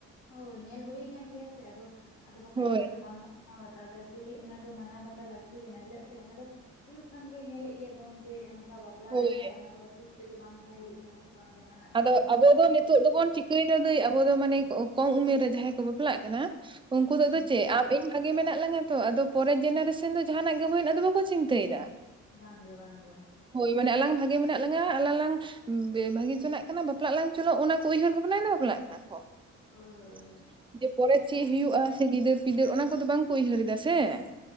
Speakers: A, on the left; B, on the right.
A: ᱦᱳᱭ ᱧᱮᱞ ᱦᱩᱭ ᱟᱠᱟᱱ ᱜᱮᱭᱟ ᱥᱮ ᱟᱫᱚ ᱟᱫᱚ ᱵᱟᱠᱷᱟᱡ
B: ᱦᱳᱭ
A: ᱱᱮᱛᱟᱨ ᱫᱚ ᱵᱟᱝ ᱠᱚ ᱢᱟᱱᱟᱣ ᱵᱟᱛᱟᱣ ᱮᱫᱟ ᱮᱠᱪᱩᱭᱞᱤ ᱚᱱᱟ ᱫᱚ ᱢᱟᱱᱟᱣ ᱵᱟᱛᱟᱣ ᱞᱟᱹᱠᱛᱤ ᱠᱟᱱᱟ ᱾ ᱪᱮᱫᱟᱜ ᱥᱮ ᱚᱱᱟ ᱫᱚ ᱦᱩᱭᱩᱜ ᱠᱟᱱ ᱜᱮ ᱧᱮᱞᱮᱫ ᱜᱮᱭᱟ ᱵᱚᱱ ᱡᱮ ᱚᱱᱠᱟ ᱵᱟᱯᱼᱼ ᱵᱟᱯᱞᱟ
B: ᱦᱳᱭ
A: ᱞᱮᱱᱠᱷᱟᱡ ᱚᱱᱟ ᱫᱚ ᱥᱩᱠ ᱛᱮᱫᱚ ᱵᱟᱝ ᱛᱟᱦᱮᱸ ᱦᱩᱭᱩᱜ ᱠᱟᱱᱟ ᱥᱮ ᱵᱟᱝ ᱡᱟᱦᱱᱟᱜ ᱵᱟᱝ
B: ᱟᱫᱚ
A: ᱡᱟᱦᱱᱟᱜ
B: ᱟᱵᱚ
A: ᱚᱥᱟᱱᱛᱤ
B: ᱫᱚ ᱱᱤᱛᱚᱜ
A: ᱦᱩᱭᱩᱜ
B: ᱫᱚᱵᱚᱱ
A: ᱠᱟᱱ ᱜᱮᱭᱟ ᱾
B: <unintelligible> ᱟᱵᱚ ᱫᱚ ᱢᱟᱱᱮ ᱠᱚᱢ ᱩᱢᱮᱨ ᱨᱮ ᱡᱟᱦᱟᱸᱭ ᱠᱚ ᱵᱟᱯᱞᱟᱜ ᱠᱟᱱᱟ ᱩᱱᱠᱩ
A: ᱦᱩᱸ
B: ᱫᱚ ᱟᱫᱚ
A: ᱦᱩᱸ
B: ᱪᱮᱫ ᱟᱢᱼᱼ ᱤᱧ ᱵᱷᱟᱜᱮ ᱢᱮᱱᱟᱜ ᱞᱟᱝ ᱟ ᱛᱚ, ᱟᱫᱚ ᱯᱚᱨᱮᱨ ᱡᱮᱱᱟᱨᱮᱥᱚᱱ ᱫᱚ ᱡᱟᱦᱟᱱᱟᱜ ᱜᱮ ᱦᱳᱭᱮᱱ ᱟᱫᱚ ᱵᱟᱠᱚ ᱪᱤᱱᱛᱟᱹᱭᱮᱫᱟ ᱾
A: ᱵᱟᱝᱜᱮ ᱵᱟᱝᱜᱮ ᱾
B: ᱦᱳᱭ ᱢᱟᱱᱮ ᱟᱞᱟᱝ ᱵᱷᱟᱜᱮ ᱢᱮᱱᱟᱜ ᱞᱟᱝᱟ ᱟᱞᱟᱝᱞᱟᱝ ᱵᱷᱟᱹᱜᱤ ᱡᱚᱱᱟᱜ ᱠᱟᱱᱟ ᱵᱟᱯᱞᱟᱜ ᱞᱟᱝ ᱪᱚᱞᱚᱜ ᱚᱱᱟ ᱠᱚ ᱩᱭᱦᱟᱹᱨ ᱵᱷᱟᱵᱽᱱᱟᱭ ᱵᱟᱯᱞᱟᱜ ᱠᱟᱱᱟ ᱠᱚ
A: ᱦᱳᱭ ᱦᱳᱭ
B: ᱾
A: ᱦᱳᱭ
B: ᱡᱮ ᱯᱚᱨᱮ ᱪᱮᱫ
A: ᱟᱫᱚ
B: ᱦᱩᱭᱩᱜᱼᱟ ᱥᱮ ᱜᱤᱫᱟᱹᱨᱼ ᱯᱤᱫᱟᱹᱨ ᱚᱱᱟ ᱠᱚᱫᱚ ᱵᱟᱝᱠᱚ ᱩᱭᱦᱟᱹᱨᱮᱫᱟ ᱥᱮ ᱾